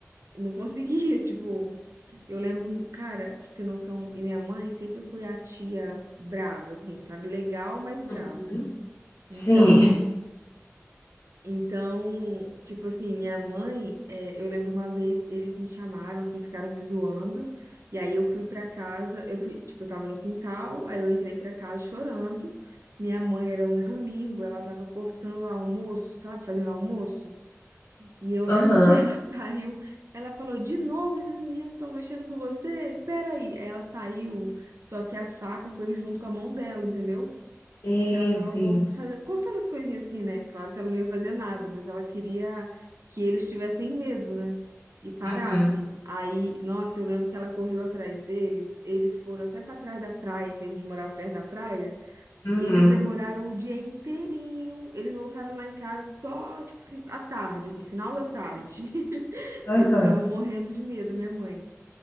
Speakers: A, on the right; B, on the left.
A: não conseguia, <laughs> tipo, eu lembro, cara, pra você ter noção, e minha mãe sempre foi a tia brava, assim, sabe? Legal, mas brava.
B: Uhum.
A: Então,
B: Sim,
A: então, tipo assim, minha mãe, é, eu lembro uma vez eles me chamaram, assim, ficaram me zoando. E aí eu fui pra casa, eu fui, tipo, eu tava no quintal, aí eu entrei pra casa chorando. Minha mãe era um domingo, ela tava cortando almoço, sabe, fazendo almoço. E eu lembro
B: aham.
A: que ela <laughs> saiu, ela falou: "De novo esses meninos estão mexendo com você? Pera Aí ela saiu, só que a faca foi junto com a mão dela, entendeu?
B: Meu
A: porque ela tava
B: Deus.
A: cort- faze- cortando as coisinhas assim, né? Claro que ela não ia fazer nada, mas ela queria que eles tivessem medo, né? E parassem.
B: Uhum,
A: Aí, nossa, eu lembro que ela correu atrás deles, eles foram até pra trás da praia, que a gente morava perto da praia.
B: uhum,
A: Eles demoraram o dia inteirinho, eles voltaram lá em casa só, tipo, fi- à tarde, assim, final da tarde, <laughs> porque
B: uhum.
A: eles estavam morrendo de medo, minha mãe.